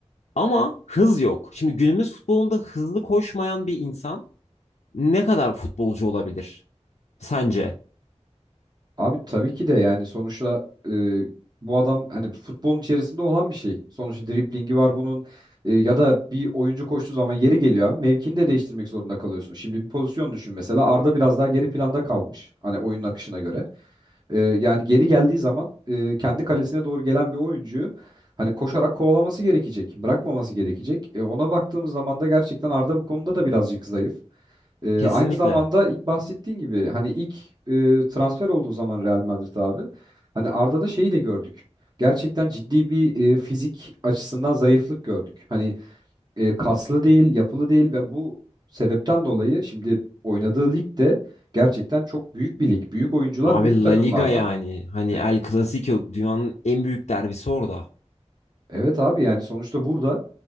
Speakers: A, on the left (about 80°); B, on the right (about 35°).
A: Ama hız yok. Şimdi günümüz futbolunda hızlı koşmayan bir insan ne kadar futbolcu olabilir sence?
B: Abi tabii ki de yani sonuçta e, bu adam hani futbolun içerisinde olan bir şey. Sonuçta driplingi var bunun E, ya da bir oyuncu koştuğu zaman yeri geliyor abi mevkini de değiştirmek zorunda kalıyorsun. Şimdi bir pozisyon düşün mesela Arda biraz daha geri planda kalmış hani oyunun akışına göre. E, yani geri geldiği zaman e, kendi kalesine doğru gelen bir oyuncuyu hani koşarak kovalaması gerekecek, bırakmaması gerekecek. E, ona baktığımız zaman da gerçekten Arda bu konuda da birazcık zayıf. Ee,
A: Kesinlikle.
B: aynı zamanda ilk bahsettiğin gibi hani ilk e, transfer olduğu zaman Real Madrid abi hani Arda'da şeyi de gördük. Gerçekten ciddi bir e, fizik açısından zayıflık gördük. Hani e, kaslı değil, yapılı değil ve bu sebepten dolayı şimdi oynadığı lig de gerçekten çok büyük bir lig. Büyük oyuncular,
A: Abi
B: büyük takımlar
A: La Liga
B: var.
A: yani. Hani
B: E,
A: El Clasico dünyanın en büyük derbisi orada.
B: evet abi yani sonuçta burada